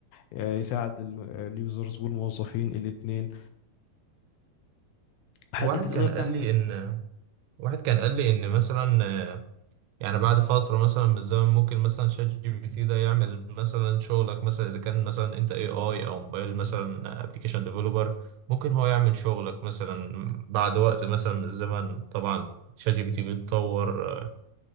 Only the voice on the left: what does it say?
آه، يساعد ال- اليوزرز والموظفين الاثنين هل
انت تقدر
تعمل